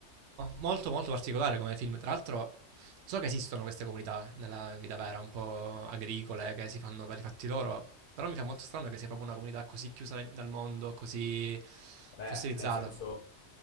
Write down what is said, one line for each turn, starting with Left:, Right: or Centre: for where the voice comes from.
Right: molto, molto particolare come film. Tra l'altro, So che esistono queste comunità nella vita vera, un po' agricole, che si fanno per i fatti loro, però mi fa molto strano che sia proprio una comunità così chiusa dal mondo, così
Left: Beh,
Right: fossilizzata.
Left: nel senso,